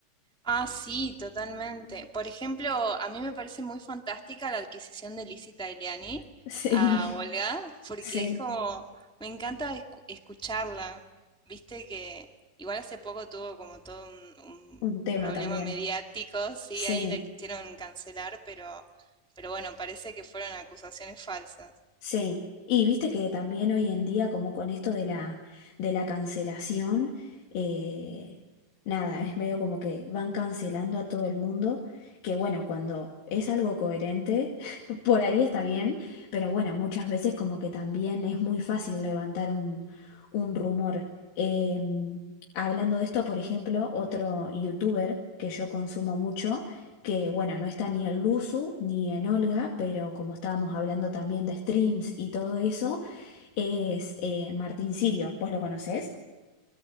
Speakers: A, in the centre; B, on the left (about 80°).
A: Ah, sí, totalmente. Por ejemplo, a mí me parece muy fantástica la adquisición de Lizzie Tagliani
B: Sí,
A: a Olga, porque
B: sí,
A: es como, me encanta escu- escucharla. Viste que igual hace poco tuvo como todo un, un
B: un tema
A: problema
B: también.
A: mediático, sí,
B: Sí.
A: ahí la quisieron cancelar, pero, pero bueno, parece que fueron acusaciones falsas.
B: Sí, y viste que también hoy en día, como con esto de la, de la cancelación, eh, nada, es medio como que van cancelando a todo el mundo, que bueno, cuando es algo coherente, <laughs> por ahí está bien, pero bueno, muchas veces como que también es muy fácil levantar un, un rumor. Em, hablando de esto, por ejemplo, otro youtuber que yo consumo mucho, que bueno, no está ni en Luzu ni en Olga, pero como estábamos hablando también de streams y todo eso, es eh, Martín Sirio. ¿Vos lo conocés?